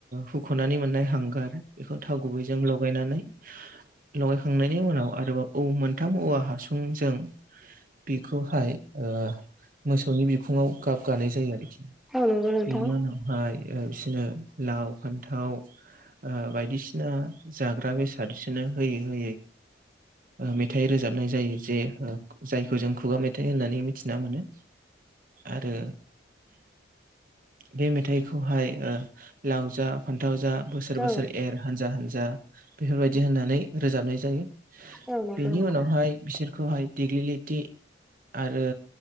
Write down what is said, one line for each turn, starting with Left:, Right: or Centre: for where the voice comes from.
Right: हुख'नानै मोननाय हांगार बेखौ थाव गुबैजों लगायनानै लगायखांनायनि उनाव आरोबाव औ मोनथाम औवा हासुंजों बेखौहाय ओ मोसौनि बिखुआव गाब गानाय जायो आरोखि
Centre: नंगौ नोंथां
Right: बेनि उनावहाय बिसोरनो लाव फान्थाव बायदिसिना जाग्रा बेसादसोनो होयै होयै मेथाइ रोजाबनाय जायो जे जायखौ जों खुगा मेथ थाइ होननानै मिथिना मोनो। आरो बे मेथाइखौहाय ओ लाव जा फान्थाव जा बोसोर
Centre: औ
Right: बोसोर एर हानजा हानजा बेफोरबायदि होननानै रोजाबनाय जायो
Centre: औ नंगौ
Right: बेनि
Centre: नोंथां
Right: उनावहाय बिसोरखौहाय देग्लिलिथि आरो